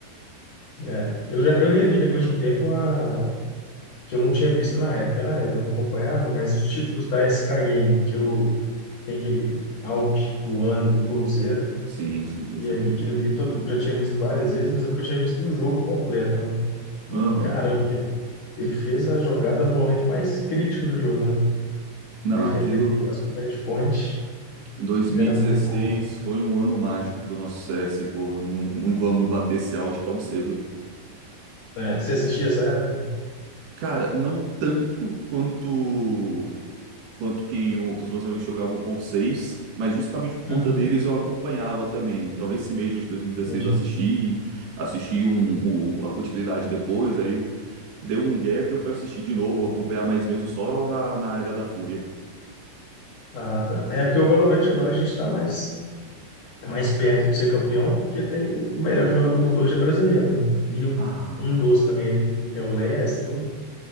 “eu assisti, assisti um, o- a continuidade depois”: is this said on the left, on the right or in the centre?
Right